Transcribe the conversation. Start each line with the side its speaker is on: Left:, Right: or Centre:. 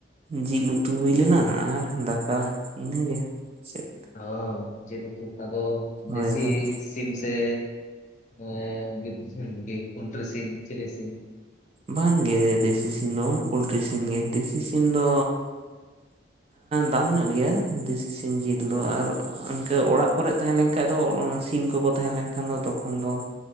Right: ᱡᱤᱞ ᱩᱛᱩ ᱦᱩᱭ ᱞᱮᱱᱟ ᱟᱨ ᱫᱟᱠᱟ ᱤᱱᱟᱹᱜᱮ ᱪᱮᱫ
Left: ᱚ ᱡᱤᱞ ᱩᱛᱩ ᱟᱫᱚ ᱫᱮᱥᱤ
Right: ᱦᱳᱭ ᱦᱳᱭ
Left: ᱥᱤᱢ ᱥᱮ ᱮ ᱫᱮᱥᱤ ᱥᱤᱢ ᱥᱮ ᱯᱳᱞᱴᱨᱤ ᱥᱤᱢ ᱪᱤᱞᱤ ᱥᱤᱢ
Right: ᱵᱟᱝᱜᱮ ᱫᱮᱥᱤ ᱥᱤᱢ ᱫᱚ ᱵᱟᱝ ᱯᱳᱞᱴᱨᱤ ᱥᱤᱢ ᱜᱮ ᱫᱮᱥᱤ ᱥᱤᱢ ᱫᱚ ᱫᱟᱢ ᱧᱚᱜ ᱜᱮᱭᱟ ᱫᱮᱥᱤ ᱥᱤᱢ ᱡᱤᱞ ᱫᱚ ᱟᱨ ᱤᱱᱠᱟᱹ ᱚᱲᱟᱜ ᱠᱚᱨᱮᱜ ᱛᱟᱦᱮᱸᱞᱮᱱᱠᱟᱡ ᱫᱚ ᱥᱤᱢ ᱠᱚᱠᱚ ᱛᱟᱦᱮᱸ ᱞᱮᱱᱠᱷᱟᱱ ᱫᱚ ᱛᱚᱠᱷᱚᱱ ᱫᱚ